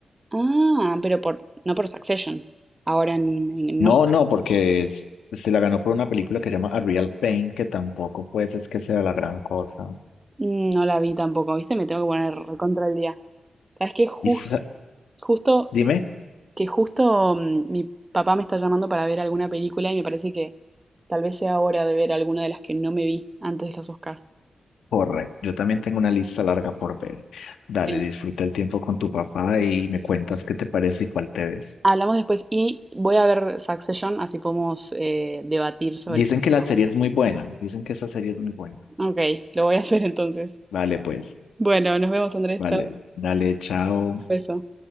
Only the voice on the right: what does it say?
Ah, pero por, no por Succession. Ahora en, en, en
Oscar.
Mm, No la vi tampoco, ¿viste? Me tengo que poner recontra el día. ¿Sabes qué? Jus-
justo,
que justo mm, mi papá me está llamando para ver alguna película y me parece que tal vez sea hora de ver alguna de las que no me vi antes de los Oscar.
Sí.
Hablamos después y voy a ver Succession, así podemos eh, debatir sobre
este punto.
Ok, lo voy a hacer entonces.
Bueno, nos vemos, Andrés.
Chao.
Beso.